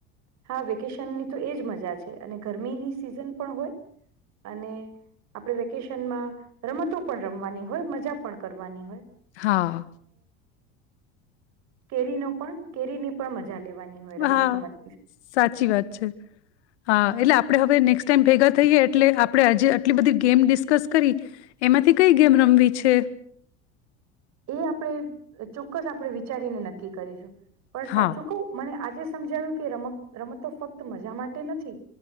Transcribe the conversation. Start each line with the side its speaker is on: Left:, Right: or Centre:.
Right: હા વેકેશનની તો એ જ મજા છે અને ગરમીની સિઝન પણ હોય અને આપણે વેકેશનમાં રમતો પણ રમવાની હોય મજા પણ કરવાની હોય
Left: હા
Right: કેરી ન પણ કેરીની પણ મજા મજા લેવાની હોય રમત
Left: હા
Right: ગમત
Left: સાચી વાત છે હા એટલે આપડે હવે નેક્સ્ટ ટાઈમ ભેગા થઈએ એટલે આપણે આજે આટલી બધી ગેમ ડિસ્કસ કરી એમાંથી કઈ ગેમ રમવી છે
Right: એ આપણેે ચોક્કસ આપણે વિચારીને નક્કી કરીશું પણ
Left: હા
Right: સાચું કવ મને આજે સમજાયું કે રમત રમત ફક્ત મજા માટે નથી